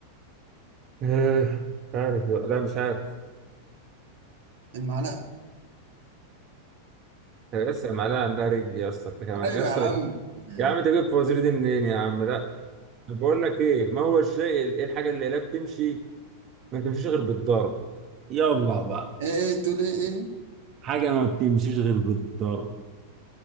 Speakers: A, on the right; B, on the right.
A: آه... مش عارف يا- لا مش عارف
B: المعلقة
A: يا اسطى المعلقة عندها رجل يا اسطى أنت كمان
B: ايوه
A: يا اسطى
B: يا عم <laughs>
A: يا عم أنت جبت الفوازير دي منين يا عم؟ لا طب بقول لك إيه ما هو الشيء ال- إيه الحاجة اللي لا بتمشي ما بتمشيش غير بالضرب يلا بقى
B: ايه تقول ايه ايه
A: حاجة ما بتمشيش غير بالضرب